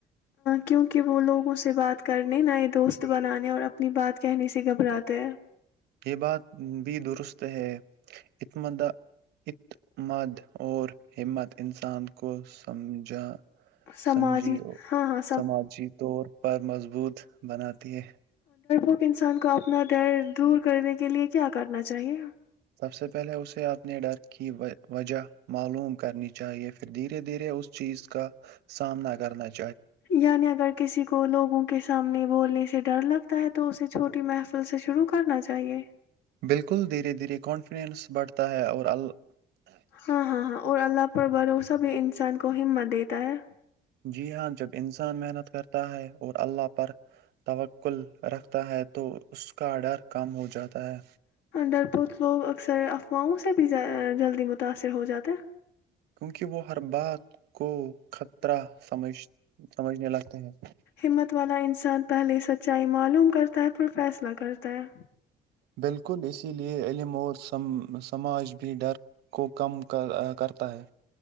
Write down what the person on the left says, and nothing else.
کیونکہ وہ لوگوں سے بات کرنے نئے دوست بنانے اور اپنی بات کہنے سے گھبراتے ہیں
سماجی
ہاں ہاں
آک انسان کو اپنا ڈر دور کرنے کے لیے کیا کرنا چاہیے
یعنی اگر کسی کو لوگوں کے سامنے بولنے سے ڈر لگتا ہے تو اسے چھوٹی محفل سے شروع کرنا چاہیے
ہاں ہاں ہاں اور اللہ پر بھروسہ بھی انسان کو ہمت دیتا ہے
ڈر پوت لوگ اکثر افواہوں سے بھی جلدی متاثر ہو جاتے
ہمت والا انسان پہلے سچائی معلوم کرتا ہے پر فیصلہ کرتا ہے